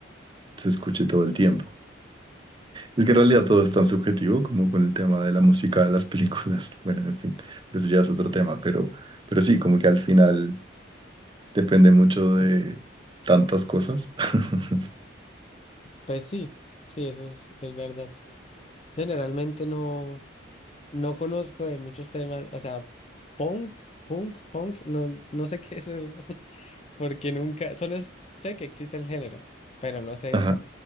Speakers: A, on the right; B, on the left.
A: se escuche todo el tiempo. Es que en realidad todo es tan subjetivo como con el tema de la música, las películas, <laughs> bueno, en fin, pero eso ya es otro tema, pero, pero sí, como que al final depende mucho de tantas cosas. <laughs>
B: Pues sí, sí, eso es, es verdad. Generalmente no, no conozco de muchos temas, o sea, punk, punk, punk, no, no sé <laughs> qué es eso, <laughs> porque nunca, solo es- sé que existe el género, pero no sé,
A: Ajá.
B: n-